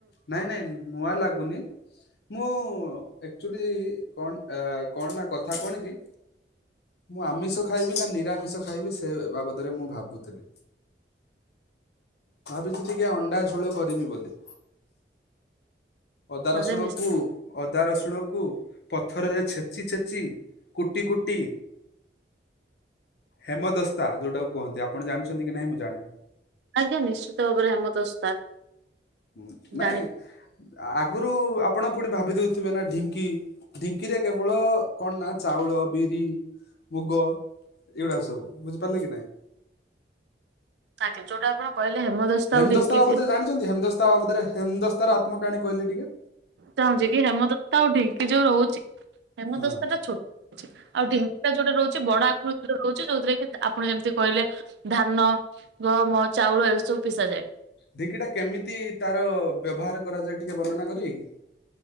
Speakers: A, on the left; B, on the right.
A: ନାଇଁ ନାଇଁ ନୂଆ ଲାଗୁନି ମୁଁ ଆକଚୁଲି କଣ ଆ କଣ ନା କଥା କଣ କି? ମୁଁ ଆମିଷ ଖାଇବି ନା ନିରାମିଷ ଖାଇବି ସେ ବାବଦରେ ମୁଁ ଭାବୁଥିଲି। ଭାବୁଚି ଟିକେ ଅଣ୍ଡା ଝୋଳ କରିବି ବୋଲି। ଅଦା ରସୁଣ
B: ଆଜ୍ଞା ନିଶ୍ଚିତ
A: କୁ ଅଦା ରସୁଣ କୁ ପଥରରେ ଛେଚି ଛେଚି କୁଟି କୁଟି ହେମଦସ୍ତା ଯୋଉଟାକୁ କୁହନ୍ତି ଆପଣ ଜାଣିଛନ୍ତି କି ନାହିଁ ମୁଁ ଜାଣିନି।
B: ଆଜ୍ଞା ନିଶ୍ଚିତ ଭାବରେ ହେମଦସ୍ତା।
A: ହ
B: ଜାଣି
A: ନାଇଁ ଆଗରୁ ଆପ ଆପଣ ପୁଣି ଭାବି ଦଉଥିବେ ନା ଢିଙ୍କି ଢିଙ୍କିରେ କେବଳ କଣ ନା ଚାଉଳ ବିରି ମୁଗ ଏଇଗୁଡା ସବୁ ବୁଝିପାରିଲେ କି ନାଇଁ?
B: ଆଜ୍ଞା ଯୋଉଟା ଆପଣ କହିଲେ
A: ହେମଦସ୍ତା
B: ଆଉ ଢିଙ୍କି
A: ବାବଦରେ ଜାଣିଛନ୍ତି ହେମଦସ୍ତା ବାବଦରେ ହେମଦସ୍ତତା ର ଆତ୍ମକାହାଣୀ କହିଲେ ଟିକେ?
B: ଚାହୁଁଛି କି ହେମଦସ୍ତା ଆଉ ଢିଙ୍କି ଯୋଉ ରହୁଛି ହେମଦସ୍ତା
A: ହଁ।
B: ଟା ଛୋଟ ରଛି ଆଉ ଢିଙ୍କି ଟା ଯୋଉଟ ରହୁଚି ବଡ ଆକୃତ ରହୁଚି ଯୋଉଥିରେ କି ଆପଣ ଯେମିତି କହିଲେ ଧାନ ଗହମ ଚାଉଳ ଏ ସବୁ ପିଶାଯାଏ।
A: ଢ଼ିଙ୍କିକି ଟା କେମିତି ତାର ବ୍ୟବହାର କରାଯାଏ ଟିକେ ବର୍ଣ୍ଣନା କରିବି କିି?